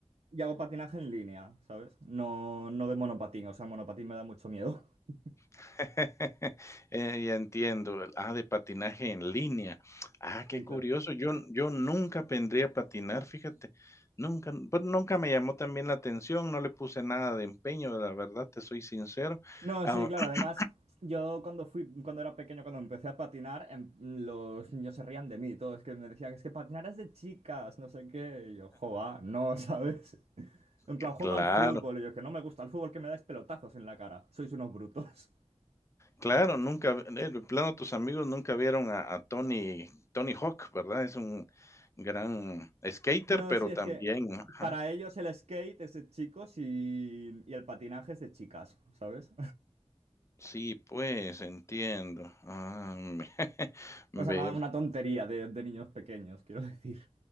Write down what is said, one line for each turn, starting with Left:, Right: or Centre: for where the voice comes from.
Right: yo hago patinaje en línea, ¿sabes? No, no de monopatín, o sea, el monopatín me da mucho miedo. <laughs>
Left: <laughs> Eh, ya entiendo. el- Ah, de patinaje en línea. Ah, qué
Right: Sí,
Left: curioso.
Right: claro.
Left: Yo n- yo nunca aprendí a patinar, fíjate. Nunca, n- pues, nunca me llamó también la atención, no le puse nada de empeño, la verdad, te soy sincero.
Right: No,
Left: Ah,
Right: sí, claro,
Left: <clears throat>
Right: además, yo cuando fui, cuando era pequeño, cuando empecé a patinar, em- los niños se rían de mí, todos que me decían, es que patinar es de chicas, no sé qué, y yo, joa, no, ¿sabes? <laughs> En plan,
Left: que
Right: juego
Left: claro,
Right: al fútbol, y yo, "Es que no me gusta el fútbol, que me dais pelotazos en la cara, sois unos brutos. <laughs>
Left: claro, nunca, v- eh, de plano tus amigos nunca vieron a a Tony Tony Hawk, ¿verdad? Es un gran skater,
Right: No,
Left: pero
Right: sí, es
Left: también
Right: que
Left: ajá.
Right: para ellos el skate es de chicos y, y el patinaje es de chicas, ¿sabes?
Left: Sí, pues, entiendo. Ah, <laughs> ve,
Right: O sea, una, una tontería de, de niños pequeños, quiero decir.